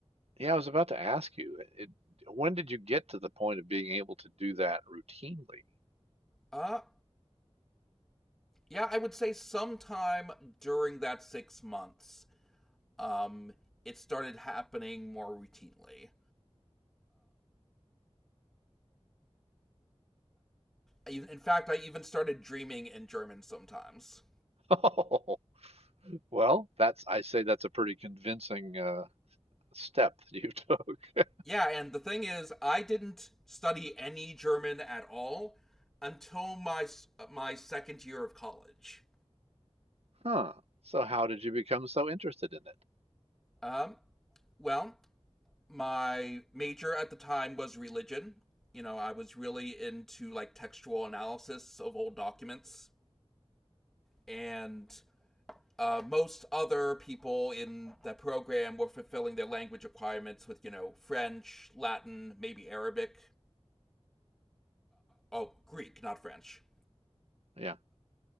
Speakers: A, on the right (about 70°); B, in the centre.
A: Yeah, I was about to ask you, it, when did you get to the point of being able to do that routinely?
B: Uh, yeah, I would say sometime during that six months, um, it started happening more routinely. In fact, I even started dreaming in German sometimes.
A: <laughs> Well, that's I say that's a pretty convincing uh, step that you took. <laughs>
B: Yeah, and the thing is, I didn't study any German at all until my my second year of college.
A: Huh. So how did you become so interested in it?
B: Um, Well, my major at the time was religion. You know, I was really into like textual analysis of old documents, and uh, most other people in the program were fulfilling their language requirements with, you know, French, Latin, maybe Arabic. Oh, Greek, not French.
A: Yeah.